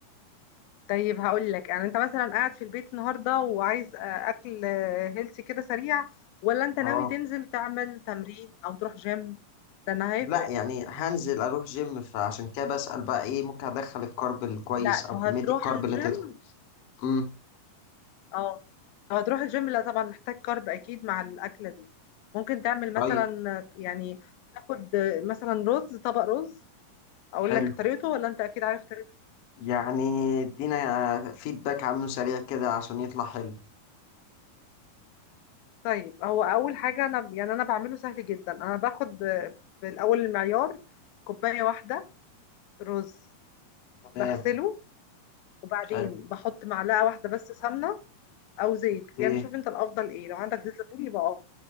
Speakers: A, on the left; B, on the left.
A: طيب هقول لك يعني انت مثلا قاعد في البيت النهارده وعايز آه، اكل هيلثي كده سريع ولا انت
B: اه
A: ناوي تنزل تعمل تمرين او تروح جيم ده انا هيفرق
B: لا يعني هنزل اروح جيم فعشان كده بسأل بقى ايه ممكن ادخل الكارب الكويس
A: لا
B: او
A: لو
B: كمية
A: هتروح
B: الكارب
A: الجيم
B: اللي تدخل امم
A: اه لو هتروح الجيم لا طبعا محتاج كارب اكيد مع الاكله دي ممكن تعمل
B: طيب
A: مثلا يعني تاخد مثلا رز طبق رز اقول
B: حلو
A: لك طريقته ولا انت اكيد عارف طريقته
B: يعني ادينا فيدباك عنه سريع كده عشان يطلع حلو
A: طيب هو اول حاجه انا يعني انا بعمله سهل جدا انا باخد ب- بالاول المعيار كوبايه واحده رز
B: تمام
A: بغسله وبعدين
B: خل...
A: بحط معلقه واحده بس سمنه او زيت
B: اوكي
A: يعني شوف انت الافضل ايه لو عندك زيت زيتون يبقى افضل